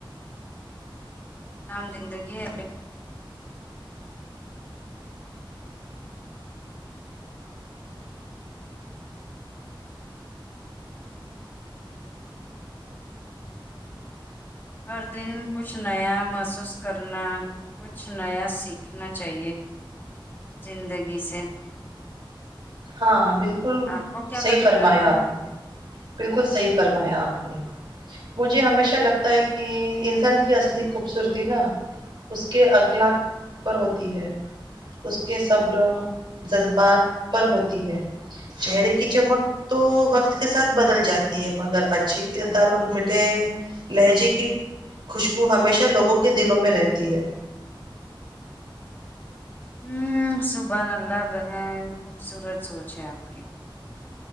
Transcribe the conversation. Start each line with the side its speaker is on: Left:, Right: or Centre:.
Left: عام زندگی ہے پھر ہر دن کچھ نیا محسوس کرنا کچھ نیا سیکھنا چاہیے زندگی سے
Right: ہاں بالکل
Left: آپ کو کیا
Right: صحیح
Left: لگتا
Right: فرمایا
Left: ہے
Right: آپ نے بالکل صحیح فرمایا آپ نے مجھے ہمیشہ لگتا ہے کہ انسان کی اصلی خوبصورتی نا اس کے اخلاق پر ہوتی ہے اس کے صبر و جذبات پر ہوتی ہے چہرے کی چمک تو وقت کے ساتھ بدل جاتی ہے مگر اچھے کردار اور میٹھے لہجے کی خوشبو ہمیشہ لوگوں کے دلوں میں رہتی ہے
Left: ہوں سبحان اللہ بہن خوبصورت سوچ ہے آپ کی